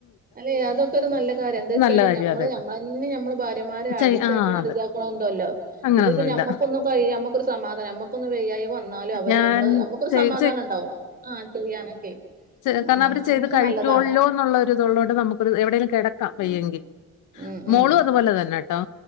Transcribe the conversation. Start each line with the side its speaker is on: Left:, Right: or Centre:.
Right: അല്ലെ അതൊക്കെ ഒരു നല്ല കാര്യാ എന്താച്ചാല്
Left: ഇത് നല്ല കാര്യാ
Right: നമ്മള്
Left: അതെ
Right: നമ്മളന്നെ നമ്മള ഭാ ര്യമാരെ അടിറ്റാക്കിക്കാണ്ട്
Left: ചെയ് ആഹ് അതെ
Right: ഇതാക്ക്ണോല്ണ്ടല്ലോ
Left: അങ്ങനൊന്നുമില്ല
Right: ഇതിപ്പ ഞമ്മുക്കൊന്നും കയി നമ്മക്കൊരു സമാധാനാ ന ക്ക്ന്ന് വെയ്യായി വന്നാലും അവര്മ്മള്
Left: ഞാൻ
Right: നമുക്കൊരു
Left: ചെയ്
Right: സമാധാനണ്ടാവും ആ ചെയ്യാനൊക്കെ
Left: ച്ച് കാരണം
Right: ആഹ്
Left: അവര്
Right: അങ്ങനൊക്കെ
Left: ചെയ്ത് കഴിക്കോല്ലോ
Right: നല്ലതാണ്
Left: ന്നുള്ളൊരുത്ള്ളോണ്ട് നമുക്കൊരു എവിടേലും കെടക്കാ വയ്യെങ്കി
Right: ഉം ഉം ഉം
Left: മോളും അതുപോലെന്നെ ട്ടോ